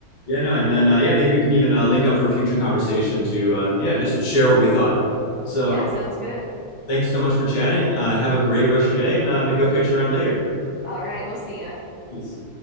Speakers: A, on the left; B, on the left.
A: yeah, no, and then uh, yeah, maybe we can even uh, link up for future conversation to uh, yeah, just share what we thought. So
B: Yeah, sounds good.
A: thank you so much for chatting. Uh, have a great rest of your day, and uh, maybe I'll catch you around later.
B: All right, we'll see ya.
A: Peace.